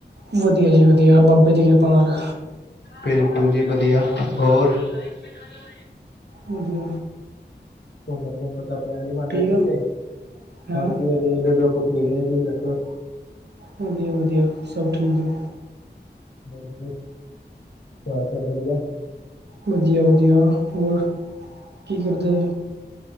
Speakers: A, on the right; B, on the left.
A: ਵਧੀਆ ਜੀ ਵਧੀਆ ਬਾਬੇ ਦੀ ਕਿਰਪਾ ਨਾਲ
B: ਬਿਲਕੁਲ ਜੀ ਵਧੀਆ ਹੋਰ ਲਾਈਵ <inaudible> ਦੇਖਾਵੇ ਹੋ
A: ਹਾਂਜੀ
B: ਘੁੰਮਣ ਘਮਣ ਦਾ ਪਲੈਨ ਨੀ ਬਣ ਰਿਹਾ ਕਿੱਥੇ
A: ਆ ਹੈਂ
B: ਹਾਂਜੀ ਅਜੇ ਇ ਉਹ ਠੀਕ ਨੇ ਤੁਸੀਂ ਦੱਸੋ।
A: ਵਧੀਆ-ਵਧੀਆ ਸਭ ਠੀਕ ਐ।
B: ਹੋਰ ਜੀ, ਘਾਰ ਸਭ ਵਧੀਆ।
A: ਵਧੀਆ-ਵਧੀਆ ਹੋਰ ਕੀ ਕਰਦੇ?